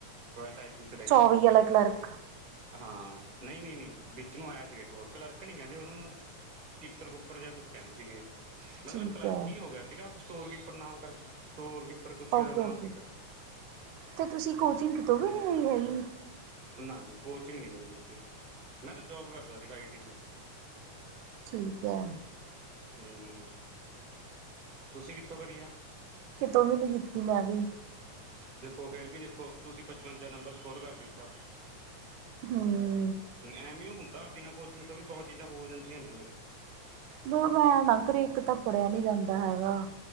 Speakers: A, on the right; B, on the right.
A: ਟਾਈਪਿੰਗ ਲੱਗੀ
B: ਚੌਵੀ ਵਾਲਾ ਕਲਰਕ
A: ਹਾਂ, ਨਹੀਂ, ਨਹੀਂ, ਨਹੀਂ ਵਿੱਚ ਨੂੰ ਆਇਆ ਸੀਗਾ, ਇੱਕ ਹੋਰ ਕਲਰਕ ਨੀ ਕਹਿੰਦੇ ਉਹਨੂੰ। ਪੇਪਰ-ਪੁਪਰ ਜਾ ਕੁਛ ਕਹਿੰਦੇ ਸੀਗੇ।
B: ਠੀਕ
A: ਮਤਲਬ ਕਲਰਕ
B: ਹੈ
A: ਹੀ ਹੋਗਿਆ ਸੀਗਾ, ਸਟੋਰ-ਕੀਪਰ ਨਾਮ ਕਰ ਸਟੋਰ-ਕੀਪਰ ਕੁਛ
B: ਓਕੇ ਓਕੇ
A: ਨਾਮ ਸੀਗਾ।
B: ਤੇ ਤੁਸੀ, ਕੋਚਿੰਗ ਕਿਤੋਂ ਵੀ ਨਹੀਂ ਲਈ ਹੈਗੀ?
A: ਨਾ ਜੀ, ਕੋਚਿੰਗ ਨੀ ਮੈਨੂੰ ਲਿੱਤੀ ''ਮੈਂ ਤਾ ਜੌਬ ਕਰਦਾ ਸੀਗਾ ਆਈਟੀ'ਚੋਂ।
B: ਠੀਕ ਹੈ।
A: ਹੂੰ, ਤੁਸੀਂ ਕਿੱਥੋਂ ਕਰੀ ਆ?
B: ਕਿਤੋਂ ਵੀ ਨੀ ਕਿੱਤੀ ''ਮੈਂ ਵੀ।
A: ਦੇਖੋ ਫੇਰ ਵੀ ਦੇਖੋ, ਤੁਸੀਂ ਪਚਵੰਜਾ ਨੰਬਰ ਸਕੋਰ ਕਰ ਦਿੱਤਾ।
B: ਹੂੰ।
A: ਹੂੰ, ਐਵੇਂਈਓ ਹੁੰਦਾ, ਬਿਨਾਂ ਕੋਚਿੰਗ ਤੋਂ ਵੀ ਬਹੁਤ ਚੀਜ਼ਾਂ ਹੋ ਜਾਂਦੀਆਂ ਨੇ।
B: ਨਾ-ਨੌ ਨਾ ਕਰੇ, ਇੱਕ ਤਾਂ ਪੜਿਆ ਨੀ ਜਾਂਦਾ ਹੈਗਾ।